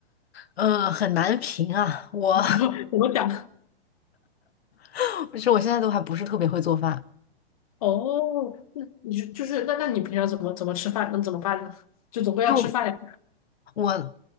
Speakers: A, on the left; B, on the left.
A: 嗯，很难评啊，我
B: <laughs> 我们讲，<laughs>
A: <laughs> 其实我现在都还不是特别会做饭，
B: 哦，那你就就是那那你平常怎么怎么吃饭？那怎么办呢？就总归要吃饭呀。
A: 就我。